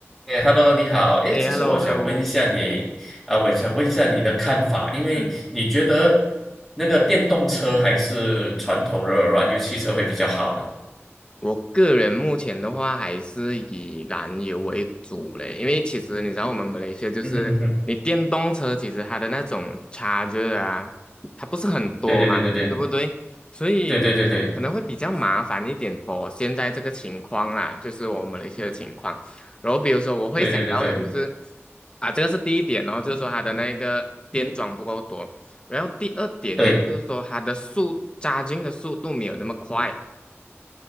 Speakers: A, in the centre; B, on the left.
A: 哎，Hello，你好。哎，
B: 哎，hello
A: 其实我想问一下你，
B: hello，
A: 啊、我想问一下你的看法，因为你觉得
B: 嗯，
A: 那个电动车还是传统的燃油汽车会比较好呢？
B: 嗯是，我个人目前的话还是以燃油为主嘞，因为其实你知道我们马来西亚就是你电动车其实它的那种差
A: <laughs> 嗯哼哼哼，
B: h 啊，它不是很多嘛，
A: 对对对对对
B: 对不对？所以可能会比较麻烦一点
A: 对对对对
B: for 现在这个情况啦，就是我们马来西亚的情况。然后比如说我会想到的就是
A: 对对对对
B: 啊，这个是第一点哦，就是说它的那个电桩不够多。然后第二点呢，
A: 对
B: 就是说它的速加 h 的速度没有那么快。